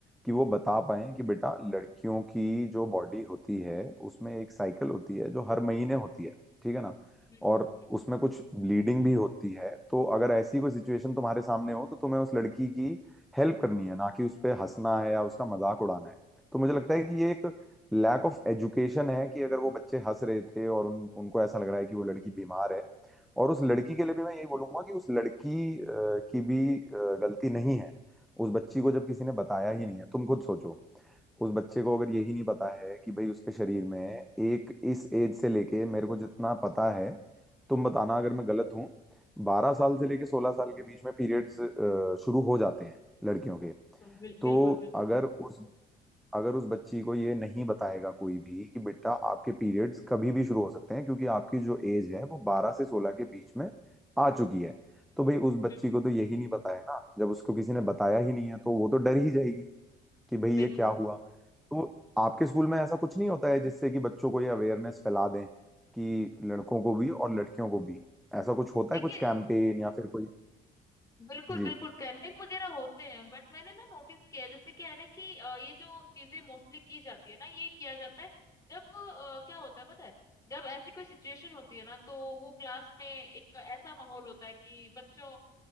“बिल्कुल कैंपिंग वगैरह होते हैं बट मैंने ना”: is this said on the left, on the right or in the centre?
Left